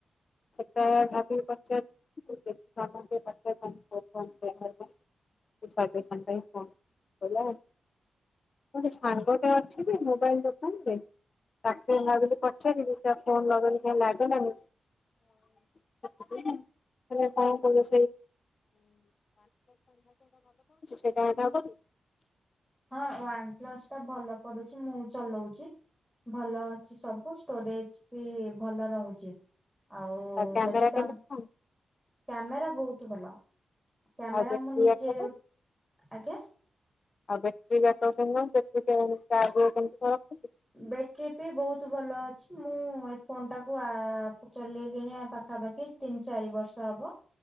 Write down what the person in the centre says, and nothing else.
ହଁ ୱାନ୍ ପ୍ଲସ୍ ଟା ଭଲ ପଡୁଚି ମୁଁ ଚଲଉଚି। ଭଲ ଅଛି ସବୁ ଷ୍ଟୋରେଜ୍ ବି ଭଲ ରହୁଚି। ଆଉ
ଯଦି ତ।
କ୍ୟାମେରା ବହୁତ ଭଲ। କ୍ୟାମେରା
ମୁଁ ନିଜେ
ଆଜ୍ଞା।
ବେଟେରୀ ବି ବହୁତୁ ଭଲ ଅଛି। ମୁଁ ଏଇ ଫୋନ ଟାକୁ ଆ-ଆ। ଚଲେଇଲିଣି ଆ ପାଖାପାଖି ତିନି ଚାରି ବର୍ଷ ହବ।